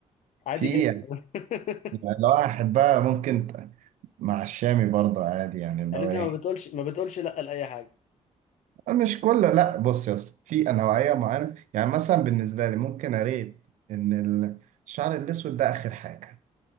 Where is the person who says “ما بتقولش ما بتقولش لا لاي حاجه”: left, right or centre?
Left